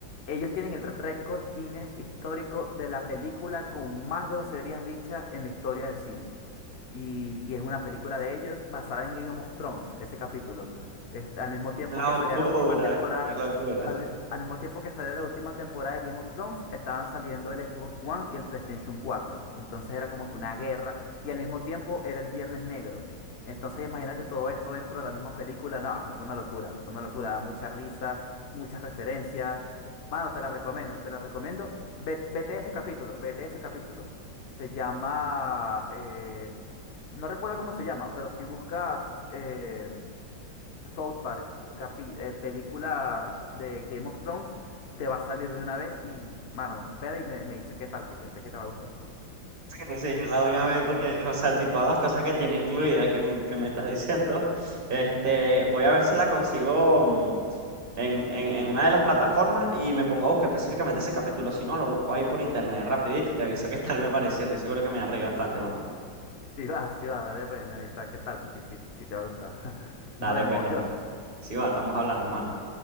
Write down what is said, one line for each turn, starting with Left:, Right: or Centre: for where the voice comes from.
Left: Ellos tienen el récord Guinness histórico de la película con más groserías dichas en la historia del cine y, y es una película de ellos basada en Game of Thrones, ese capítulo. Este, al mismo tiempo
Right: locura,
Left: que salía la última temporada,
Right: qué locura.
Left: al, mi- al mismo tiempo que salía la última temporada de Game of Thrones, estaban saliendo el Xbox One y el PlayStation cuatro Entonces era como que una guerra y al mismo tiempo era el Viernes Negro. Entonces imagínate todo esto dentro de la misma película. No, o sea, fue una locura, fue una locura, da mucha risa, muchas referencias. Mano, te la recomiendo, te la recomiendo. Ve- Vete, ese capítulo, vete ese capítulo. Se llama eh, no recuerdo cómo se llama, pero si buscas eh, South Park, capi- eh, película de Game of Thrones, te va a salir de una vez y, mano, vela y me, me dices qué tal, porque sé que te va a gustar. <laughs>
Right: Sí, sí, yo la voy a ver porque, o sea, si todas las cosas que tiene incluida que, m- que me estás diciendo, este, voy a ver si la consigo mm, en, en, en una de las plataformas y me pongo a buscar específicamente ese capítulo. Si no, lo busco ahí por internet rapidito y te aviso qué tal me pareció. Estoy seguro que me va a reír bastante, mano.
Left: Si va, si va, dale pues, me avisas qué tal, porque sí, sí te va a gustar. <laughs>
Right: Dale,
Left: Nos vemos,
Right: pues, estamos,
Left: Josh.
Right: sí va, estamos hablando, mano.